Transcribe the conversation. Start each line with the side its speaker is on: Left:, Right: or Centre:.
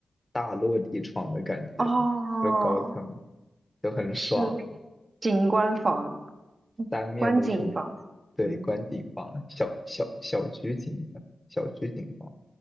Left: 大落地窗的感觉，
Right: 哦，
Left: 就高层就很爽，
Right: 是景观房、
Left: 三面都是
Right: 观景房，
Left: 对观景房，
Right: 嗯。
Left: 小小小区景小区景房。